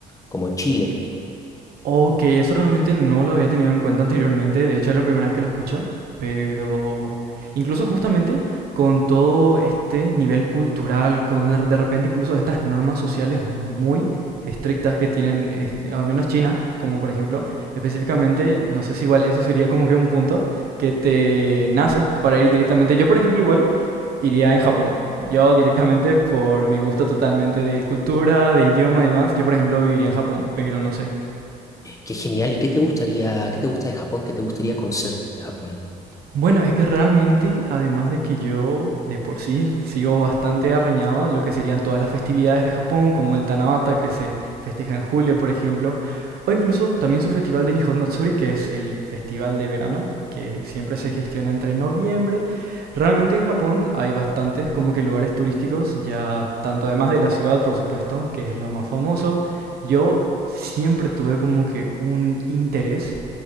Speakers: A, on the left; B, on the right.
A: como Chile.
B: Ok, eso realmente no lo había tenido en cuenta anteriormente, de hecho es la primera vez que lo escucho, pero incluso justamente con todo este nivel cultural, con de de repente incluso estas normas sociales muy estrictas que tienen, este, al menos China, como por ejemplo, específicamente, no sé si igual eso sería como que un punto que te nace para ir directamente. Yo por ejemplo igual iría en Japón. Yo directamente por mi gusto totalmente de cultura, de idioma y demás, yo por ejemplo viviría en Japón, pero no sé.
A: Qué genial. ¿Y qué te gustaría, qué te gusta de Japón? ¿Qué te gustaría conocer de Japón?
B: Bueno, es que realmente, además de que yo de por sí sigo bastante arreñado de lo que serían todas las festividades de Japón, como el Tanabata, que se festeja en julio, por ejemplo, o incluso también su festival de Nihon Matsuri, que es el festival de verano, que siempre se gestiona entre noviembre. Realmente en Japón hay bastantes como que lugares turísticos, ya tanto además de la ciudad, por supuesto, que es lo más famoso. Yo siempre tuve como que un interés